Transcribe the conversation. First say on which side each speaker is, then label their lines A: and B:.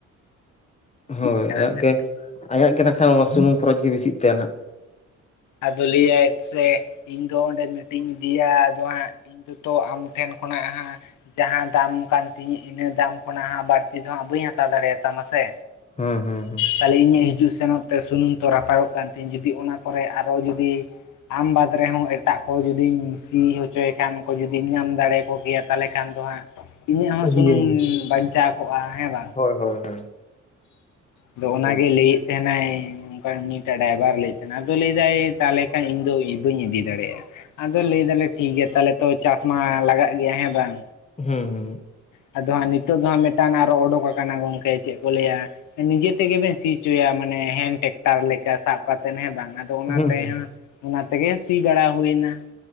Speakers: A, on the left; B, on the left.
A: ᱦᱳᱭ
B: ᱤᱫᱤ ᱠᱟᱱᱟ
A: ᱟᱭᱟᱜ
B: ᱥᱮ
A: ᱜᱮ
B: ᱱᱤᱛᱚᱜ ᱫᱚ
A: ᱟᱭᱟᱜ
B: ᱦᱳᱭ
A: ᱜᱮ ᱱᱟᱠᱷᱟᱡ ᱥᱩᱱᱩᱢ ᱠᱷᱚᱨᱚᱪ ᱜᱮ ᱵᱮᱥᱤᱜ ᱛᱟᱭᱟ ᱱᱟᱦᱟᱸᱜ᱾
B: ᱟᱫᱚ ᱞᱟᱹᱭᱟᱭ ᱥᱮ ᱤᱧ ᱫᱚ ᱚᱸᱰᱮ ᱢᱤᱴᱤᱝ ᱤᱧ ᱤᱫᱤᱭᱟ ᱟᱫᱚ ᱦᱟᱸᱜ ᱡᱚᱛᱚ ᱟᱢ ᱴᱷᱮᱱ ᱠᱷᱚᱱᱟᱜ ᱦᱟᱸ ᱡᱟᱦᱟᱸ ᱫᱟᱢ ᱠᱟᱱ ᱛᱤᱧᱟᱹ ᱤᱱᱟᱹ ᱫᱟᱢ ᱠᱷᱚᱱᱟᱜᱜ ᱵᱟᱹᱲᱛᱤ ᱫᱚᱟᱸᱜ ᱵᱟᱹᱧ ᱦᱟᱛᱟᱣ ᱫᱟᱲᱮᱭᱟᱛᱟᱢᱟ ᱥᱮ,
A: ᱦᱮᱸ ᱦᱩᱸ ᱦᱩᱸ᱾
B: ᱛᱟᱦᱚᱞᱮ ᱤᱧᱟᱹᱜ ᱦᱤᱡᱩᱜ ᱥᱮᱱᱚᱜ ᱛᱮ ᱥᱩᱱᱩᱢ ᱛᱚ ᱨᱟᱯᱟᱜᱚᱜ ᱠᱟᱱ ᱛᱤᱧᱟᱹ ᱡᱩᱫᱤ ᱚᱱᱟ ᱠᱚᱨᱮ ᱟᱨᱚ ᱡᱩᱫᱤ ᱟᱢ ᱵᱟᱫᱽ ᱨᱮᱦᱚᱸ ᱮᱴᱟᱜ ᱠᱚ ᱡᱩᱫᱤᱢ ᱥᱤ ᱦᱚᱪᱚᱭᱮ ᱠᱷᱟᱱ ᱠᱚ ᱡᱩᱫᱤᱢ ᱧᱟᱢ ᱫᱟᱲᱮᱭᱟᱠᱚ ᱠᱮᱭᱟ ᱛᱟᱦᱚᱞᱮ ᱠᱷᱟᱱ ᱫᱚ ᱦᱟᱸᱜ, ᱤᱧᱟᱹᱜ ᱦᱚᱸ
A: ᱤᱭᱟᱹ
B: ᱥᱩᱱᱩᱢ ᱵᱟᱧᱪᱟᱣ ᱠᱚᱜᱼᱟ ᱦᱮᱸ ᱵᱟᱝ?
A: ᱦᱳᱭ ᱦᱳᱭ ᱦᱳᱭ
B: ᱟᱫᱚ
A: ᱚᱱᱠᱟ
B: ᱚᱱᱟᱜᱮᱭ
A: ᱜᱮ
B: ᱞᱟᱹᱭᱮᱫ ᱛᱟᱦᱮᱸ ᱱᱟᱭ᱾ ᱚᱝᱠᱟ ᱩᱱᱤᱴᱟᱜ ᱰᱟᱭᱵᱷᱟ ᱨᱮ ᱞᱟᱹᱭᱮᱫ ᱛᱟᱦᱮᱸᱱᱟ ᱟᱫᱚ ᱞᱟᱹᱭᱫᱟᱭ ᱛᱟᱦᱚᱞᱮ ᱠᱷᱟᱱ ᱤᱧᱫᱚ ᱵᱟᱹᱧ ᱤᱫᱤ ᱫᱟᱲᱮᱟᱜᱼᱟ᱾ ᱟᱫᱚ ᱞᱟᱹᱭ ᱫᱟᱞᱮ ᱴᱷᱤᱠ ᱜᱮᱭᱟ ᱛᱟᱦᱚᱞᱮ ᱛᱚ ᱪᱟᱥ ᱢᱟ ᱞᱟᱜᱟᱜ ᱜᱮᱭᱟ ᱦᱮᱸ ᱵᱟᱝ?
A: ᱦᱩᱸ ᱦᱩᱸ᱾
B: ᱟᱫᱚ ᱦᱟᱸᱜ ᱱᱤᱛᱚᱜ ᱫᱚ ᱦᱟᱸᱜ ᱢᱤᱫᱴᱟᱝ ᱟᱨᱚ ᱩᱰᱩᱠ ᱠᱟᱱᱟ ᱜᱚᱝᱠᱮ ᱪᱮᱫ ᱠᱚ ᱞᱟᱹᱭᱟ, ᱱᱤᱡᱮ ᱛᱮᱜᱮᱵᱮᱱ ᱥᱤᱪᱚᱭᱟ ᱢᱟᱱᱮ ᱦᱮᱸᱱ ᱴᱮᱠᱴᱟᱨ ᱞᱮᱠᱟ ᱥᱟᱵ ᱠᱟᱛᱮᱫ ᱦᱮᱸ ᱵᱟᱝᱟ ᱟᱫᱚ ᱟᱫᱚ ᱚᱱᱟ
A: ᱦᱩᱸ
B: ᱛᱮᱦᱚᱸ
A: ᱦᱩᱸ
B: ᱚᱱᱟ ᱛᱮᱜᱮ ᱥᱤ ᱵᱟᱲᱟ ᱦᱩᱭᱱᱟ᱾